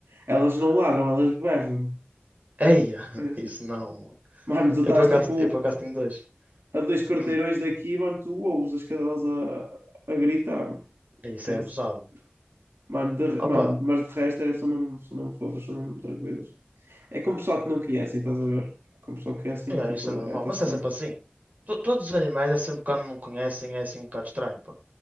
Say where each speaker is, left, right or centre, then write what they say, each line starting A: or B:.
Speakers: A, on the right; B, on the right.
A: Elas não ladram, elas berram.
B: Eia,
A: Esquece.
B: <laughs> isso não, mano.
A: Mano, tu
B: Eu
A: estás
B: por acaso,
A: tipo
B: eu por acaso tenho dois.
A: a dois quarteirões
B: Hum,
A: daqui, mano, tu ouves as cadelas a, a gritar, mano.
B: é isso
A: Esquece.
B: é abusado.
A: Mano, de-
B: Opa,
A: mano, mas de resto é, são mesmo, são mesmo fofos, são mesmo tranquilos. É com pessoal que não conhecem, estás a ver? Com pessoal que conhecem,
B: é
A: tipo,
B: isso é normal,
A: é, está-se
B: mas é
A: bem.
B: sempre assim. To- todos os animais é sempre quando não conhecem, é assim um bocado estranho, pá.